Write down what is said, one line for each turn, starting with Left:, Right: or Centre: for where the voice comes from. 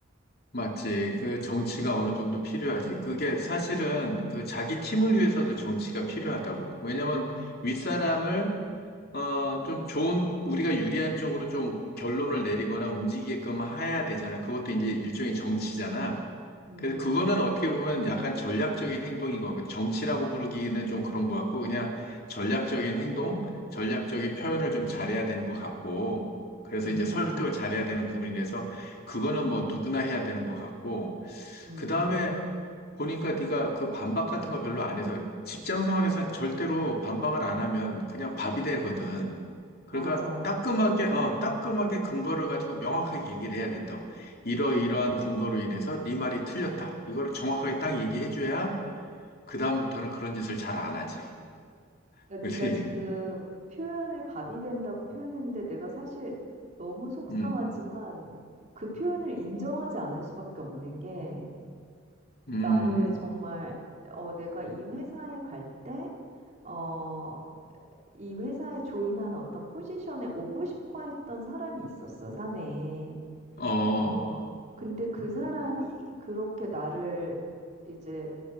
Left: 맞지. 그 정치가 어느 정도 필요하지. 그게 사실은 그 자기 팀을 위해서도 정치가 필요하다고. 왜냐면 윗사람을,
Right: 음.
Left: 어, 좀 좋은, 우리가 유리한 쪽으로 좀 결론을 내리거나 움직이게끔 해야 되잖아. 그것도 이제 일종의 정치잖아.
Right: 음,
Left: 그래서
Right: 음,
Left: 그거는 어떻게 보면 약간 전략적인 행동인 거, 정치라고 부르기는 좀 그런 것 같고, 그냥 전략적인 행동, 전략적인 표현을 좀 잘해야 되는 것 같고, 그래서
Right: 음,
Left: 이제 설득을
Right: 음,
Left: 잘해야 되는 부분이 돼서, 그거는 뭐 누구나 해야 되는 것 같고,
Right: 음,
Left: 그 다음에 보니까 네가 그 반박 같은 거 별로 안 해서 직장 생활에선 절대로 반박을 안 하면 그냥 밥이 되거든.
Right: 맞아.
Left: 그러니까 따끔하게 어 따끔하게 근거를 가지고 명확하게 얘기를 해야 된다고. 이러이러한 근거로 인해서 네 말이 틀렸다. 이걸 정확하게 딱 얘기해 줘야 그다음부터는 그런 짓을 잘 안 하지.
Right: 그러니까
Left: 그렇지?
Right: 네가 지금 표현을 밥이 된다고 표현했는데 내가 사실 너무 속상하지만
Left: 음.
Right: 그 표현을 인정하지 않을 수밖에 없는 게
Left: 음.
Right: 나를 정말 어 내가 이 회사에 갈 때 어 이 회사에 조인한 어떤 포지션에 오고 싶어 했던 사람이 있었어 사내에
Left: 어.
Right: 어 근데 그 사람이 그렇게 나를 이제